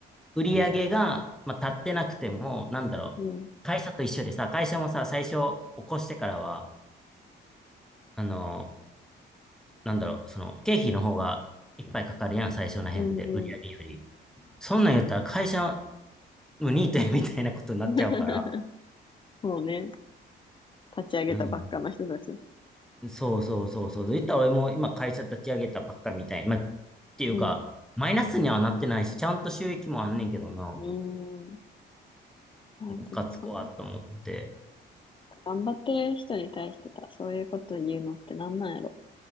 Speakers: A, in the centre; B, on the left.
A: 売り上げが、まあ、立ってなくても、なんだろう、
B: うん、
A: 会社と一緒でさ、会社もさ、最初起こしてからは、あのー、なんだろう、その、経費の方がいっぱいかかるやん、最初の辺って、
B: うん、
A: 売り上げより。
B: うん。
A: そんなん言ったら会社のニートやみたいなことになっちゃうから、
B: <laughs> そうね。立ち上げたばっかの人たち。
A: うん、そうそうそうそう。言ったら俺も今会社立ち上げたばっかみたい。まあ、っていうか、
B: うん、
A: マイナスにはなってないし、ちゃんと収益もあんねんけどな、
B: うん。いや、
A: ムカつくわと思って。
B: てかさ、頑張ってる人に対してさ、そういうこと言うのってなんなんやろ。